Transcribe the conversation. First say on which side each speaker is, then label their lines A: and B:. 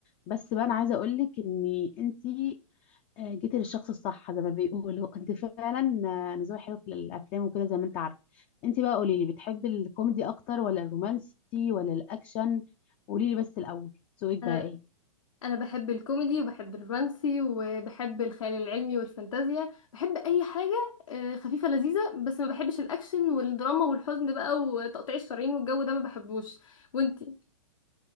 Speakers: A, on the left; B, on the left.
A: بس بقى انا عايزه اقول لك ان انت آه، جيتي للشخص الصح زي ما بيقولوا انت فعلا آه، انا ذوقي حلو في الافلام وكده زي ما انت عارفه انت بقى قولي لي بتحبي الكوميدي اكتر ولا الرومانسي ولا الاكشن قولي لي بس الاول ذوقك
B: انا
A: بقى ايه
B: انا بحب الكوميدي وبحب الرومانسي وبحب الخيال العلمي والفانتازيا بحب اي حاجه آه، خفيفه لذيذه بس ما بحبش الاكشن والدراما والحزن بقى وتقطيع الشرايين والجو ده ما بحبوش وانتي